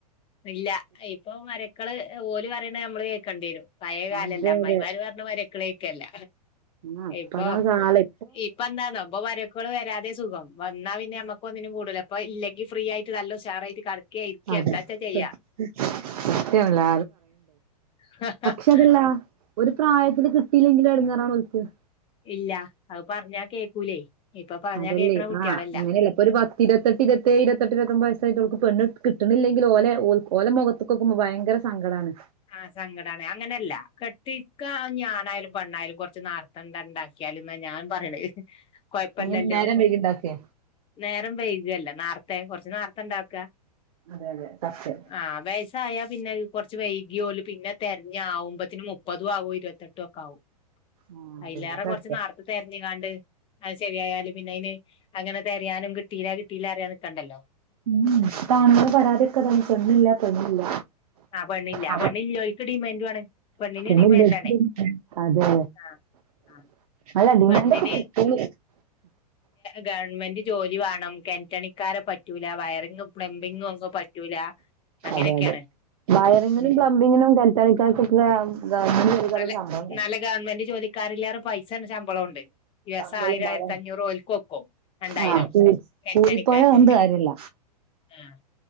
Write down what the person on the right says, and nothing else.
അതെ
അതെ
ആ ഇപ്പ
അതാണ് കാലം
അതെ
സത്യാണല്ലോ
തല്ല ഒരു പ്രായത്തിൽ കിട്ടില്ലെങ്കിലും എടങ്ങാറാാണ് വിളിച്ചത്
അതല്ലേ,
ആഹ്. അങ്ങനെയല്ലപ്പൊ ഒരു പ ഇരുപത്തെട്ട് ഇരുപത്തേഴ്, ഇരുപത്തെട്ട് ഇരുവത്തൊമ്പത്, വയസായിട്ടുക്ക് പെണ്ണ് കിട്ടണില്ലെങ്കിൽ ഓല ഓലെ മുഖത്തും നോക്കുമ്പോ ഭയങ്കര സങ്കടാണ്.
എങ്ങനെ നേരം വൈകിണ്ടാക്കേ
അതെ അതെ സത്യം
ആഹ് അതെ
അതെ സത്യാ
<unintelligible> പരാതിയൊക്കെതാ പെണ്ണില്ല പെണ്ണില്ല
അതെ
<unintelligible>
അതെ
അല്ല ഡിമാന്റ്ഒക്കെ
കൊട്ത്തിനി
അതെ അതെ വയറിങ്ങിനും പ്ലംബിങ്ങിനും കേണ്റ്റണിക്കാർക്കൊക്കെ ഗവണ്മെന്റ് ജോലിക്കാരെക്കാൾ
സമ്പളണ്ടാവും
ശമ്പളം
ഉണ്ടാകാൻ
ആഹ് കൂലി
കൂലിപ്പണി പറഞ്ഞിട്ട് കാര്യല്ല